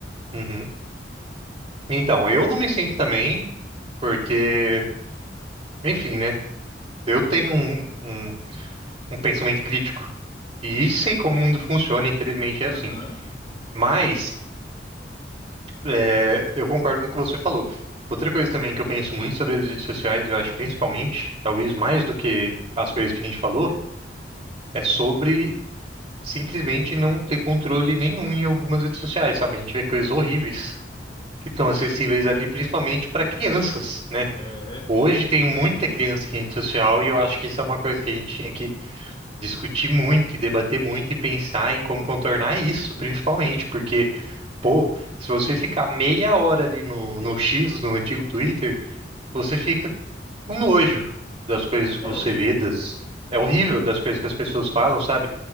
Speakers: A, on the right; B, on the left.
A: uhum. Então, eu não me sinto também, porque, enfim, né? Eu tenho um, um, um pensamento crítico. E sei como o mundo funciona, infelizmente é assim.
B: Aham.
A: Mas. É, eu concordo com o que você falou. Outra coisa também que eu penso muito sobre as redes sociais, eu acho principalmente, talvez mais do que as coisas que a gente falou, é sobre simplesmente não ter controle nenhum em algumas redes sociais, sabe? A gente vê coisas horríveis que estão acessíveis ali, principalmente para crianças, né?
B: É,
A: Hoje tem muita criança em rede social e eu acho que isso é uma coisa que a gente tinha que discutir muito e debater muito e pensar em como contornar isso, principalmente, porque Pô, se você ficar meia hora ali no, no X, no antigo Twitter, você fica com nojo das coisas
B: é
A: que você
B: horrível.
A: vê, das... é horrível das coisas que as pessoas falam, sabe?